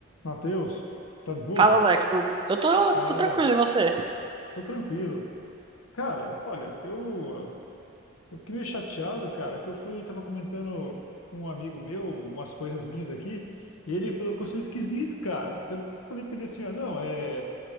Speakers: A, on the left; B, on the right.
A: Matheus, tá de boa?
B: Fala, Alex. Tu... Eu tô,
A: Fala,
B: tô tranquilo, e você?
A: tô tranquilo. Cara, olha, eu, eu fiquei meio chateado, cara, que eu fui, tava comentando com um amigo meu umas coisas minhas aqui, e ele falou que eu sou esquisito, cara. Eu falei pra ele assim, ó, não, é,